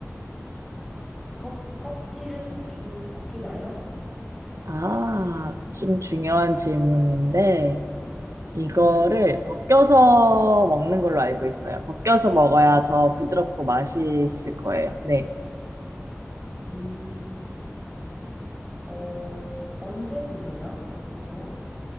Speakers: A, in the centre; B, on the right (about 80°).
A: 껍, 껍질을 벗긴, 벗기나요?
B: 아, 좀 중요한 질문인데, 이거를
A: 네.
B: 벗겨서 먹는 걸로 알고 있어요. 벗겨서 먹어야 더 부드럽고 맛있을 거예요. 네.
A: 음, 어, 언제 드세요? 보통?